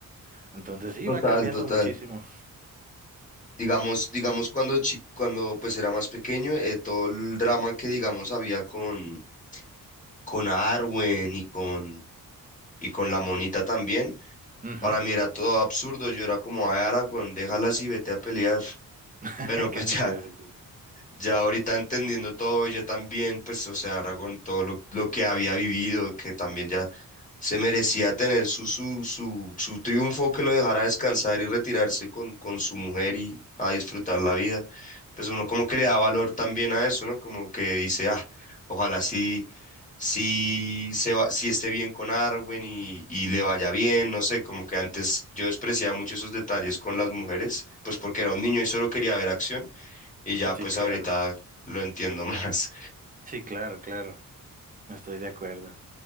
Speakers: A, on the right (about 25°); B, on the left (about 20°).
A: entonces sí,
B: Total,
A: va cambiando
B: total.
A: muchísimo.
B: Digamos, digamos cuando chi- cuando pues era más pequeño, eh, todo el drama que digamos había con con Arwen y con y con la monita también
A: Ujú,
B: Para mí era todo absurdo, yo era como, ay, Aragorn, déjala así, vete a pelear.
A: <laughs>
B: Pero
A: Casi,
B: pues <laughs> ya,
A: casi.
B: ya ahorita entendiendo todo, ella también, pues, o sea, Aragorn, todo lo, lo que había vivido, que también ya se merecía tener su, su, su, su triunfo, que lo dejara descansar y retirarse con, con su mujer y a disfrutar la vida. Pues uno como que le da valor también a eso, ¿no? Como que dice, ah, ojalá sí si, se va, si esté bien con Arwen y, y le vaya bien, no sé, como que antes yo despreciaba mucho esos detalles con las mujeres, pues porque era un niño y solo quería ver acción, y ya
A: Sí,
B: pues
A: claro,
B: ahorita lo entiendo <laughs> más.
A: sí, claro, claro, estoy de acuerdo.